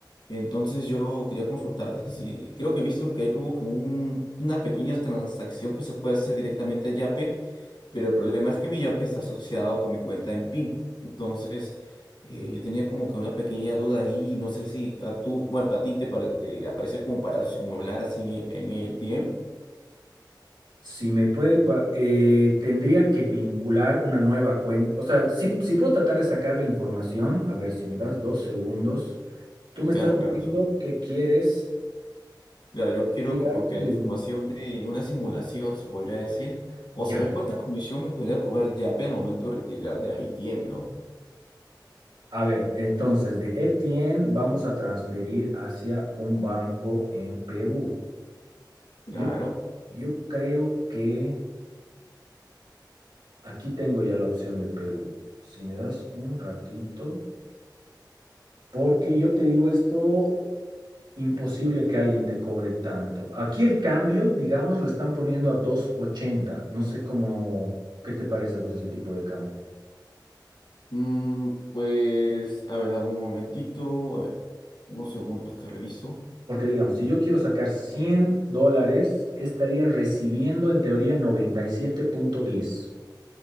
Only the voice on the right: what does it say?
Si me puede, pa- eh, tendría que vincular una nueva cuenta. O sea, si, si puedo tratar de sacar la información, a ver si me das dos segundos. Tú
me estás diciendo
que quieres
tirar
tu
dinero.
Ya,
A ver, entonces de RTN vamos a transferir hacia un banco en Perú.
Yo, yo creo que aquí tengo ya la opción de Perú. Si me das un ratito, porque yo te digo esto, imposible que alguien te cobre tanto. Aquí el cambio, digamos, lo están poniendo a dos ochenta. No sé cómo, ¿qué te parece a vos ese tipo de cambio?
Porque digamos, si yo quiero sacar 100 dólares, estaría recibiendo en teoría noventa y siete punto diez.